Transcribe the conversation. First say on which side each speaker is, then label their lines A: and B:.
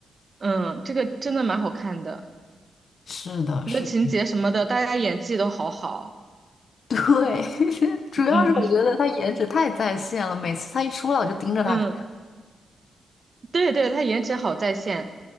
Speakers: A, on the right; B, on the left.
A: 嗯，这个真的蛮好看的，
B: 是的，
A: 我觉得情节什么的，
B: 是的，
A: 大家演技都好好，
B: 对，<laughs> 主要是我觉得她颜值太在线了，
A: 嗯，
B: 每次她一出来我就盯着她看。
A: 嗯，对对，他颜值好在线，